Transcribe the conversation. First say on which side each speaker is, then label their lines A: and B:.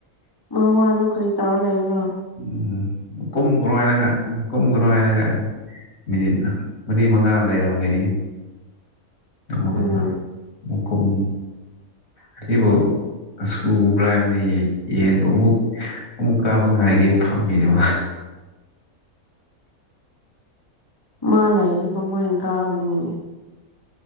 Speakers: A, on the left; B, on the left.
A: ꯃꯥ ꯋꯥꯗꯣ ꯀꯔꯤ ꯇꯥꯔ ꯂꯩꯕ꯭ꯔꯣ
B: ꯎꯝ ꯀꯨꯝ ꯀ꯭ꯔ ꯍꯥꯏꯔꯒ ꯀꯨꯝ ꯀ꯭ꯔ ꯍꯥꯏꯔꯒ ꯃꯤꯅꯤꯠ ꯃꯔꯤ ꯃꯉꯥ ꯂꯩꯔꯝꯒꯅꯤ ꯃꯒ
A: ꯎꯝ
B: ꯃ ꯀꯝ ꯑꯁꯤꯕꯨ ꯁꯨꯕ꯭ꯔꯥ ꯍꯥꯏꯕꯅꯤ ꯌꯦꯟꯕꯨ ꯑꯃꯨꯛ ꯑꯃꯨꯛ ꯀꯥꯕ ꯉꯥꯏꯒꯦ ꯐꯝꯃꯤꯗꯨ
A: ꯃꯥ ꯂꯩꯗꯤꯒꯃꯥꯏꯅ ꯀꯥꯒꯅꯤ